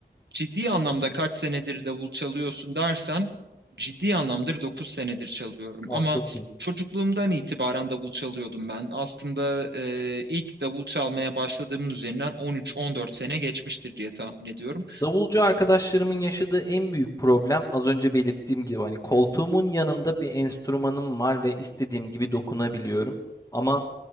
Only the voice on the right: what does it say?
ciddi anlamda kaç senedir davul çalıyorsun dersen ciddi anlamdır 9 senedir çalıyorum
ama
çocukluğumdan itibaren davul çalıyordum ben. Aslında e, ilk davul çalmaya başladığımın üzerinden on üç on dört sene geçmiştir diye tahmin ediyorum.